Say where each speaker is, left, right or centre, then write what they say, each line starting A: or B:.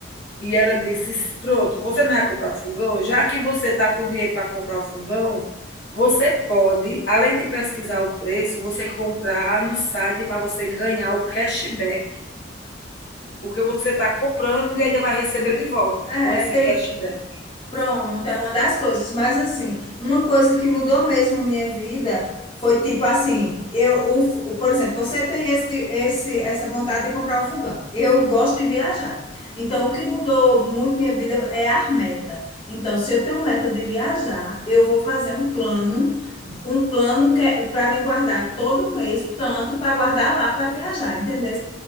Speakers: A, on the left (about 65°); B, on the left (about 30°).
A: e ela disse: pronto, você não vai comprar o fogão? Já que você está com o dinheiro para comprar o fogão, você pode, além de pesquisar o preço, você comprar no site para você ganhar o cashback, porque você está comprando e ainda vai receber de volta
B: É,
A: com esse
B: tem,
A: cashback".
B: Pronto, é uma das coisas. Mas, assim, uma coisa que mudou mesmo minha vida foi tipo assim: eu, o, f- o- por exemplo, você tem esse, esse, essa vontade de comprar o fogão. Eu gosto de viajar. Então, o que mudou muito minha vida é a meta. Então, se eu tenho meta de viajar, eu vou fazer um plano, um plano que para me guardar todo mês, tanto para guardar lá para viajar, entendeu?